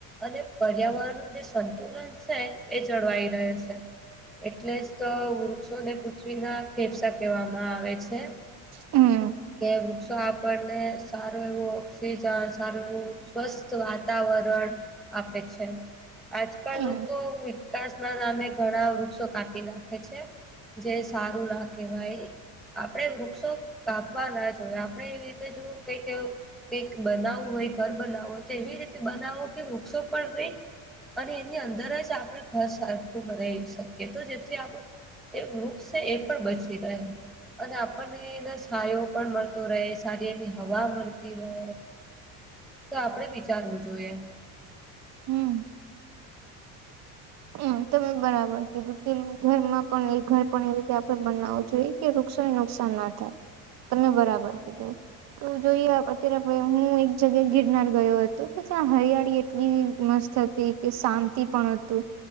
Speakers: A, in the centre; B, on the right.
A: અને પર્યાવરણ નું જે સંતુલન છે એ જળવાઈ રહે છે. એટલે જ તો વૃક્ષોને પૃથ્વીના ફેફસા કહેવામાં આવે છે.
B: <inaudible> હમ...
A: કે વૃક્ષો આપણને સારું એવું ઓક્સિજન સારું એવું સ્વસ્થ વાતાવરણ આપે છે. આજકાલ
B: હમ
A: લોકો તાશ ના નામે ઘણા વૃક્ષો કાપી નાખે છે. જે સારું ના કહેવાય. આપડે વૃક્ષો કાપવા ના જોઈએ આપણે એની રીતે જો કઈક એવું કઈક બનાવવું હોય ઘર બનાવવું હોય તો એવી રીતે બનાવો કે વૃક્ષો પણ રી અને એની અંદર જ આપને ઘર સરખું બનાવી શકીએ તો જેથી આપણું એ વૃક્ષ છે એ પણ બચી રહ્યો અને આપણને એનો છાયો પણ મળતો રહે સારી એવી હવા મળતી રહે. તો આપણે વિચારવું જોઈએ.
B: હમ. હમ તમે બરાબર કીધું કે ઘરમાં પણ એક ઘર પણ એ રીતે આપણે બનાવું જોઈએ. કે વૃક્ષોને નુકસાન ના થાય, તમે બરાબર કીધું. તો જોઈએ અત્યારે આપણે હું એક જગ્યાએ ગિરનાર ગયો હતો, તો ત્યાં હરિયાળી એટલી મસ્ત હતી. કે શાંતિ પણ હતું